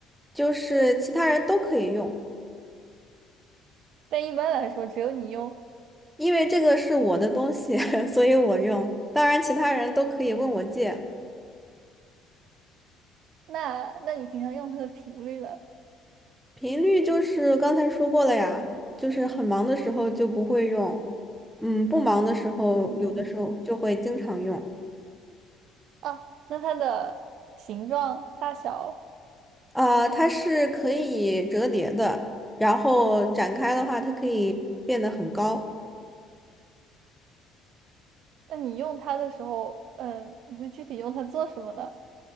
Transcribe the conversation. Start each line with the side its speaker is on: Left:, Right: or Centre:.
Centre: 就是其他人都可以用，
Right: 但一般来说，只有你用。
Centre: 因为这个是我的东西，<laughs> 所以我用。当然，其他人都可以问我借。
Right: 那那你平常用它的频率呢？
Centre: 频率就是刚才说过了呀，就是很忙的时候就不会用，嗯，不忙的时候有的时候就会经常用。
Right: 嗯，啊，那它的形状、大小。
Centre: 啊、它是可以折叠的，然后展开的话，它可以变得很高。
Right: 那你用它的时候，嗯，你会具体用它做什么呢？